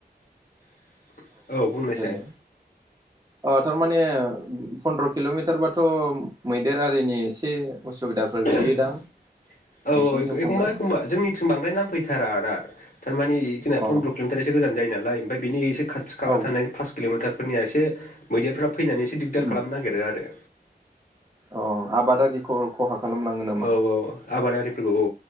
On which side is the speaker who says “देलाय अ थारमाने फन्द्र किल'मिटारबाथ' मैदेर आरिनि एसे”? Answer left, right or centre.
Right